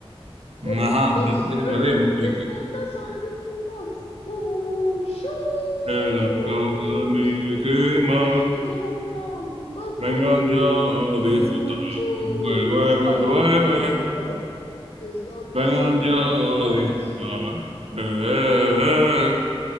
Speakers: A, on the right (about 80°); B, on the left (about 85°).
A: Ajá,
B: Uno, dos,
A: di- dime,
B: tres.
A: dime, Vicky.
B: Es la casa de Mickey Mouse. ¡Oh, churros!
A: Que las cosas de mi esquema
B: Llámame, llámame a un Bad
A: vengan
B: Bunny.
A: yo a disfrutar.
B: ¡Oh, churros!
A: Güey, güey, güey,
B: ¡Ay,
A: güey,
B: ay,
A: güey.
B: ay! Es la casa
A: Vengan
B: de
A: yo
B: Mickey Mouse.
A: a disfrutar. Eh, eh, eh.